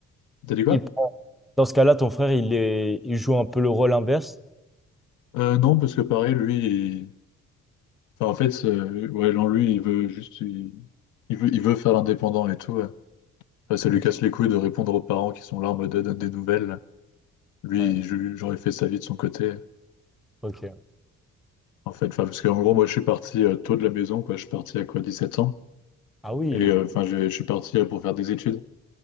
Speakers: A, on the left; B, in the centre.
A: T'as dit quoi?
B: il prend- dans ce cas-là, ton frère, il est, il joue un peu le rôle inverse.
A: Euh, non, parce que pareil, lui, il- enfin, en fait, euh, ouais, non, lui, il veut juste. Il, il veut, il veut faire l'indépendant et tout. ouais. Enfin, ça lui
B: Ok.
A: casse les couilles de répondre aux parents qui sont là en mode euh, donne des nouvelles. Lui,
B: Ouais.
A: je- genre, il fait sa vie de son côté.
B: Ok.
A: En fait, enfin, parce qu'en gros, moi, je suis parti euh, tôt de la maison, quoi. Je suis parti à quoi, 17 ans.
B: Ah oui.
A: Et euh, enfin, je, je suis parti euh, pour faire des études.